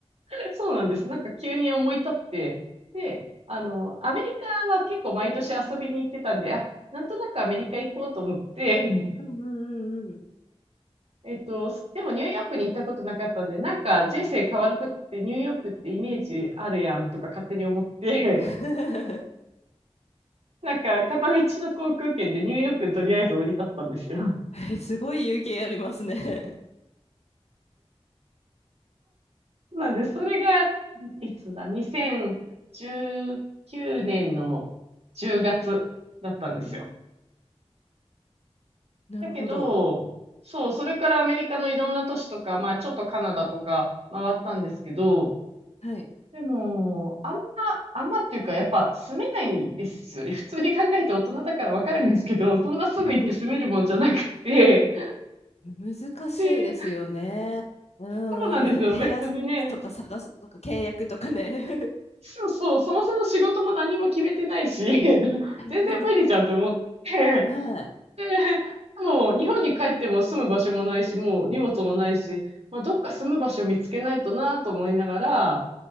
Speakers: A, on the right (about 70°); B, on the left (about 80°).
A: <laughs> そうなんです。なんか急に思い立って、で、あの、アメリカは結構毎年遊びに行ってたんで、あ、なんとなくアメリカ行こうと思って、うん
B: うんうんうんうん。
A: えっと、でもニューヨークに行ったことなかったんで、なんか人生変わるときってニューヨークってイメージあるやんとか勝手に思って、
B: <laughs>
A: <laughs> なんか片道の航空券でニューヨークにとりあえず降り立ったんですよ。
B: えすごい勇気ありますね。
A: なんで、それが、いつだ、2019年の10月だったんですよ。
B: うん、なるほど。
A: だけど、そう、それからアメリカのいろんな都市とか、まあちょっとカナダとか回ったんですけど、
B: はい。
A: でも、あんま、あんまっていうか、やっぱ住めないですよね。<laughs> 普通に考えて大人だからわかるんですけど、そんなすぐ行って住めるもんじゃなくて、
B: <laughs>
A: <laughs>
B: 難しいですよね。
A: で、
B: うんうん。
A: そうなんですよ。
B: 部屋とか探すとか契約とかね。
A: 別にね、そうそう、そもそも仕事も何も決めてないし、<laughs>
B: <laughs>
A: 全然無理じゃんと思って、
B: はい。
A: で、<laughs> もう日本に帰っても住む場所もないし、もう荷物もないし、まあ、どっか住む場所見つけないとなと思いながら、